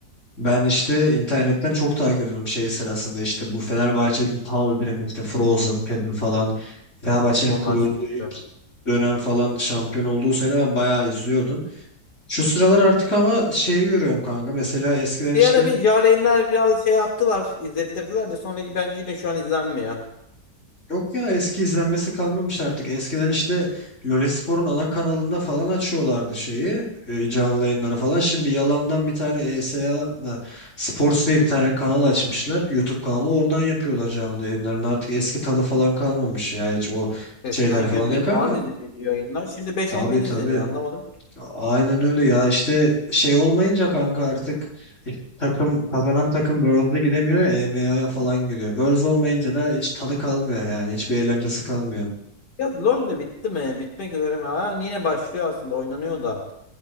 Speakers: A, on the left; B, on the left.
A: Ben işte internetten çok takip ediyordum şey sırasında işte bu Fenerbahçe'nin Taldir'in işte Frozen, Pedin falan. Fenerbahçe'nin
B: Onlar
A: kurulduğu
B: çok
A: ilk
B: güçlü.
A: dönem falan şampiyon olduğu sene ben bayağı izliyordum. Şu sıralar artık ama şeyi görüyorum kanka. Mesela eskiden işte
B: Bir ara bir Yarenler biraz şey yaptılar, izlettirdiler de sonra bence yine şu an izlenmiyor.
A: Yok ya eski izlenmesi kalmamış artık. Eskiden işte Lole Spor'un ana kanalında falan açıyorlardı şeyi e, canlı yayınları falan. Şimdi yalandan bir tane ESA e, S A mı, Sports diye bir tane kanal
B: Hmm.
A: açmışlar. YouTube kanalı oradan yapıyorlar canlı yayınlarını. Artık eski tadı falan kalmamış ya hiç o
B: Eskiden
A: şeyler
B: 100
A: falan ya
B: bin
A: kanka.
B: falan izleniyordu yayınlar. Şimdi 5-10
A: Tabii
B: bin
A: tabii.
B: izleniyor anlamadım.
A: Aynen öyle ya işte şey olmayınca kanka artık e, takım kazanan takım Worlds'e gidemiyor ya EMEA'ya falan gidiyor. Worlds olmayınca da hiç tadı kalmıyor yani hiçbir eğlencesi kalmıyor.
B: Ya LoL de bitti mi? Bitmek üzere mi? Ha, yine başlıyor aslında oynanıyor da.